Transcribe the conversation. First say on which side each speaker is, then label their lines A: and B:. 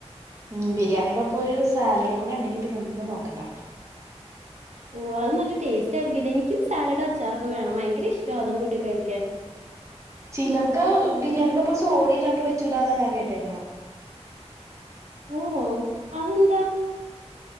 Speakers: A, on the right; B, on the right.
A: ഉം ബിരിയാണിയുടെ ഒപ്പൊരു സാലഡും കൂടെ ഉണ്ടെങ്കി പിന്നെ ഒന്നും നോക്കണ്ട
B: ഓ അത് നല്ല ടേസ്റ്റായിരിക്കൊല്ലേ എനിക്കും സാലഡും അച്ചാറൊക്കെ വേണം ഭയങ്കര ഇഷ്ട അതും കൂട്ടി കഴിക്കാൻ
A: ചിലർക്ക് ബിരിയാണിയുടൊപ്പം സോഡ ഇല്ലാണ്ട് പറ്റൂല എന്നാ ഞാൻ കേട്ടേക്കണെ
B: ഓ അതെന്താ